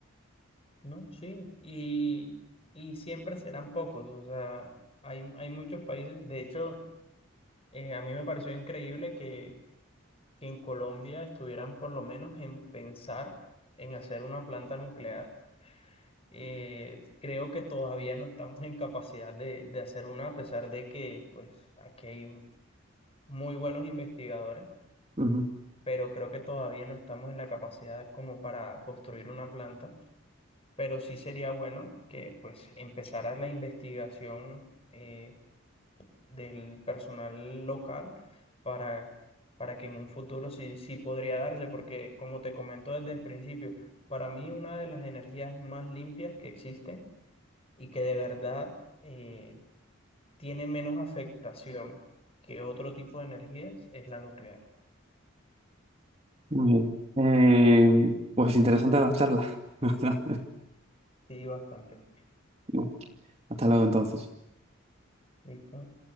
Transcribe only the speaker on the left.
No, sí, y, y siempre serán pocos, o sea, hay, hay muchos países, de hecho, eh, a mí me pareció increíble que, que en Colombia estuvieran por lo menos en pensar en hacer una planta nuclear. Eh, creo que todavía no estamos en capacidad de, de hacer una, a pesar de que pues aquí hay muy buenos investigadores
pero creo que todavía no estamos en la capacidad como para construir una planta, pero sí sería bueno que pues empezara la investigación eh, del personal local para, para que en un futuro sí, sí podría darse, porque como te comento desde el principio, para mí una de las energías más limpias que existen y que de verdad eh, tiene menos afectación que otro tipo de energías es la nuclear.
Sí, bastante.
Listo.